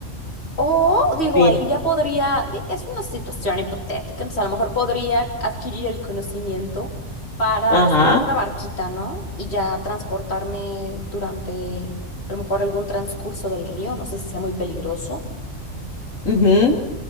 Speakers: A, on the left; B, on the left.
A: O digo,
B: Mira.
A: ahí ya podría, di- es una situación hipotética, entonces a lo mejor podría adquirir el conocimiento para
B: Ajá.
A: hacer como una barquita, ¿no? Y ya transportarme durante a lo mejor algún transcurso del río, no sé si sea muy peligroso,
B: ujú,